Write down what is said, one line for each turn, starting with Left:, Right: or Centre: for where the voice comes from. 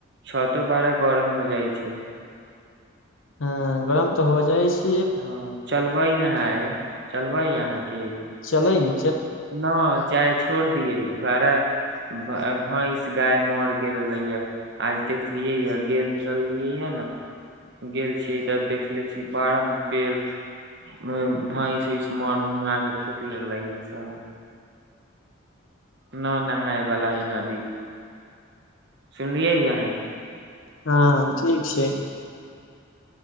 Right: छतो बड़ा गरम हो जाय छै। ए
Left: हाँ गाम ते हो जाय छै।
Right: हाँ चलबै नहाय। चलबै यहाँ की।
Left: चलीन।
Right: ने चाय छोड़ दिये बड़ा ब अ भैंस, गाय मैर गेले या आज देखलियै या, गेल रहलियै या ने गेल छी तऽ देखले छी बारा पेड़ <unintelligible> भैंस उस मर मुआ के फेेक रहलै या सब। ना नहाय बला इ नदी मे सुनलियै यहाँ।
Left: हाँ ठीक छै।